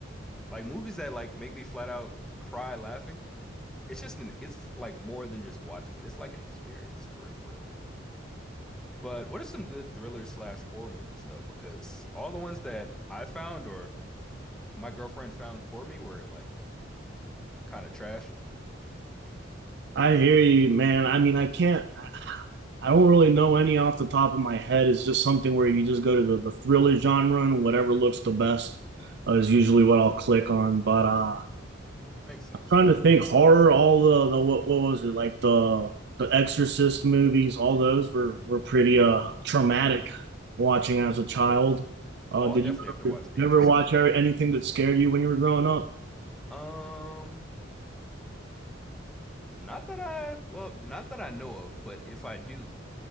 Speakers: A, in the centre; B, on the right (about 55°).
A: Like movies that like make me flat out cry laughing. It's just an it's like more than just watching it. It's like an experience for real, for real. But what are some good thriller slash horror movies though? Because all the ones that I found or my girlfriend found for me were like kind of trash.
B: I hear you, man. I mean, I can't. I don't really know any off the top of my head. It's just something where you just go to the, the thriller genre and whatever looks the best uh, is usually what I'll click on. But uh,
A: Makes sense.
B: I'm trying to think horror, all the, the what what was it like the the Exorcist movies, all those were were pretty uh traumatic watching as a child. Uh,
A: Oh, I'll
B: did
A: definitely
B: you
A: have to
B: ever,
A: watch The
B: you
A: Exorcist.
B: ever watch anything that scared you when you were growing up?
A: Um, Not that I, well, not that I know of, but if I do,